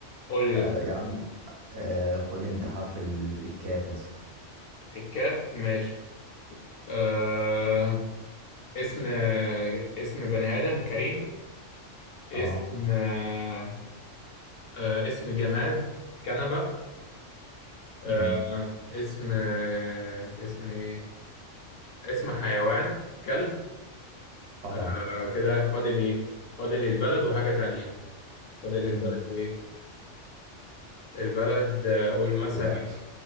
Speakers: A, on the left (about 60°); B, on the right (about 70°).
A: قول لي
B: آه
A: بقى
B: يا عم آه خد أنت حرف ال- الكاف مثلا
A: الكاف ماشي آه... اسم اسم بني آدم كريم اسم
B: اه
A: آه... آه... اسم جماد كنبة آه...
B: امم
A: اسم آه... اسم ايه اسم حيوان كلب
B: اه
A: آه... كده فاضل ايه فاضل البلد وحاجة تانية فاضل
B: امم
A: البلد وايه البلد آه، قول مثلا
B: والاكل